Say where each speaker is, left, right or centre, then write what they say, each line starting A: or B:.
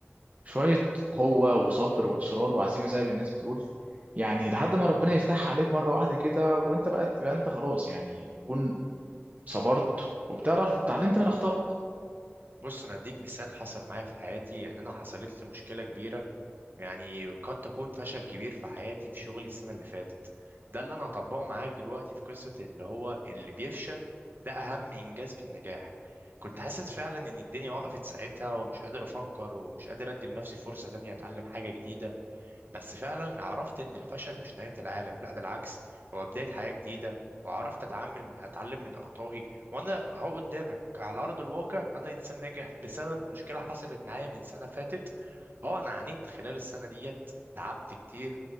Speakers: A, on the right; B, on the right.
A: شوية قوة وصبر وإصرار وعزيمة زي ما الناس بتقول يعني لحد ما ربنا يفتحها عليك مرة واحدة كده وأنت بقى تبقى أنت خلاص يعني يكون صبرت وبتعرف واتعلمت من أخطائك
B: بص انا اديك مثال حصل معايا في حياتي يعني انا حصلت لي مشكله كبيره يعني قد تكون فشل كبير في حياتي في شغلي السنة اللي فاتت ده اللي أنا هطبقه معاك دلوقتي في قصة اللي هو اللي بيفشل ده أهم إنجاز في النجاح كنت حاسس فعلا إن الدنيا وقفت ساعتها ومش قادر أفكر ومش قادر أدي لنفسي فرصة تانية أتعلم حاجة جديدة بس فعلا عرفت ان الفشل مش نهاية العالم لا بالعكس هو بداية حياة جديدة وعرفت اتعامل اتعلم من اخطائي وانا اهو قدامك على ارض الواقع انا انسان ناجح بسبب مشكلة حصلت معايا من سنة فاتت اه انا عانيت خلال السنة ديت تعبت كتير